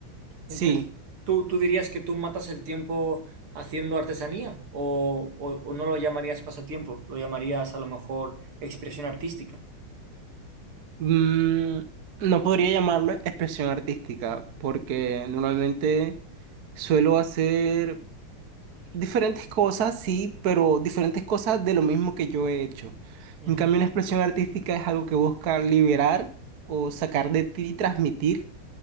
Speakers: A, on the right; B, on the right.
A: Entonces,
B: Sí.
A: ¿tú, tú dirías que tú matas el tiempo haciendo artesanía o, o o no lo llamarías pasatiempo, lo llamarías a lo mejor expresión artística?
B: Mm, no podría llamarlo expresión artística porque normalmente suelo hacer Diferentes cosas, sí, pero diferentes cosas de lo mismo que yo he hecho.
A: Ujú.
B: En cambio, una expresión artística es algo que busca liberar o sacar de ti, y transmitir